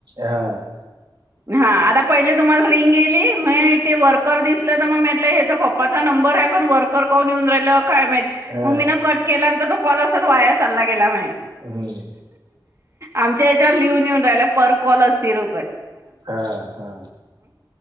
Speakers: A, on the right; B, on the right.
A: हा
B: हा आता पहिले तुम्हाला रिंग गेली मग ते वर्कर दिसलं तर मग म्हटलं हे तर पप्पा नंबर आहे पण वर्कर कोण <unintelligible> काय माहित
A: हा
B: म मिन कट केला व तो कॉल असच वाया चालला गेला म
A: हम्म
B: आमच्या याच्यावर लिहून येऊन राहिला पर कॉल अस सिर
A: हा हा